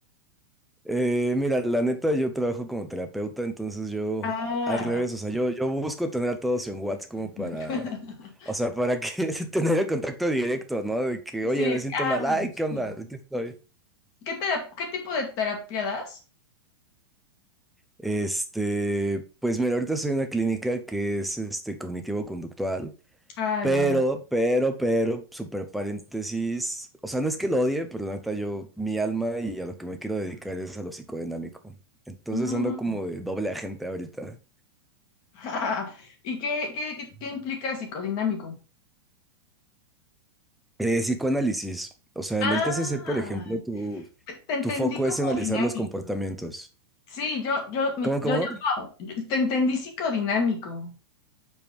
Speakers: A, in the centre; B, on the left (about 30°).
A: Eh, mira, la neta, yo trabajo como terapeuta, entonces yo,
B: Ah,
A: al revés, o sea, yo, yo busco tener a todos en WhatsApp como para,
B: <laughs>
A: o sea, para que <laughs> tener el contacto directo, ¿no? De que,
B: sí,
A: oye, me siento
B: ah,
A: mal,
B: bueno,
A: ay, ¿qué onda?
B: sí.
A: Aquí estoy.
B: ¿Qué tera- qué tipo de terapia das?
A: Este, pues mira, ahorita soy en una clínica que es este cognitivo-conductual,
B: Ah,
A: pero,
B: ya, ya.
A: pero, pero, super paréntesis, o sea, no es que lo odie, pero la neta, yo, mi alma y a lo que me quiero dedicar es a lo psicodinámico. Entonces
B: Mm.
A: ando como de doble agente ahorita.
B: <laughs> ¿Y qué, qué, qué, qué implica psicodinámico?
A: Eh, psicoanálisis. O sea,
B: Ah,
A: en el TCC, por ejemplo, tu,
B: te, te entendí
A: tu foco
B: como
A: es analizar
B: dinámico.
A: los comportamientos.
B: Sí, yo, yo, mi-
A: ¿Cómo, cómo?
B: yo, yo, yo- te entendí psicodinámico.